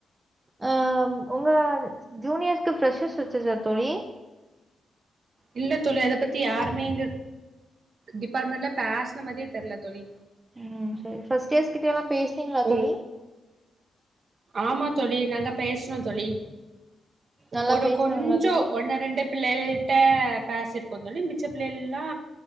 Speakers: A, on the right (about 25°); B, on the right (about 60°).
A: ஆ ஒங்க ஜூனியர்ஸ்க்கு ஃப்ரெஷர்ஸ் வச்சுருச்சா தோழி
B: இல்ல தோழி அத பத்தி யாருமே இங்க டிபார்ட்மெண்ட்ல பேச்ன மாதிரியே தெர்ல தோழி
A: ம் சேரி ஃபஸ்ட் டேஸ் கிட்ட எல்லா பேச்னீங்ளா
B: ஓ
A: தோழி
B: ஆமா தோழி நாங்க பேச்னோ தோழி
A: நல்லா
B: ஒரு
A: பேசுனாங்களா
B: கொஞ்சோ
A: தோழி
B: ஒன்னு ரெண்டு பிள்ளைல்ட்ட பேசிருக்கோ தோழி மிச்ச பிள்ளைல்லா